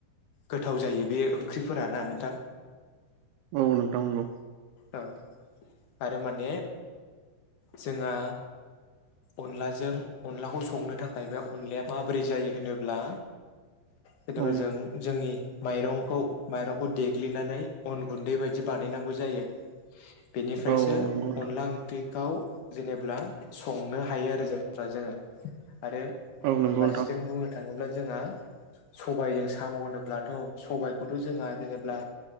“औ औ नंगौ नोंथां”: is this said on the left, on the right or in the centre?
Right